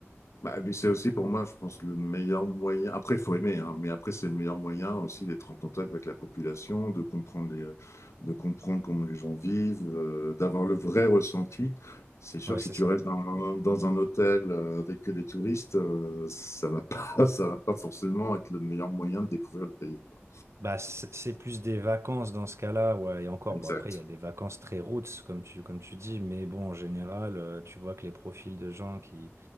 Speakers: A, on the left (about 85°); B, on the right (about 75°).
A: bah, mais c'est aussi pour moi, je pense, le meilleur moyen. Après, il faut aimer, hein, mais après, c'est le meilleur moyen aussi d'être en contact avec la population, de comprendre les, de comprendre comment les gens vivent, euh, d'avoir le vrai ressenti. C'est sûr
B: Ouais,
A: que
B: c'est
A: si tu
B: ça.
A: restes dans, dans un hôtel euh, avec que des touristes, euh, ça va pas, <laughs> ça va pas forcément être le meilleur moyen de découvrir le pays, quoi.
B: Bah, c'est c'est plus des vacances dans ce cas-là, ouais, et encore,
A: Exact.
B: bon, après, il y a des vacances très roots, comme tu, comme tu dis, mais bon, en général, euh, tu vois que les profils de gens qui,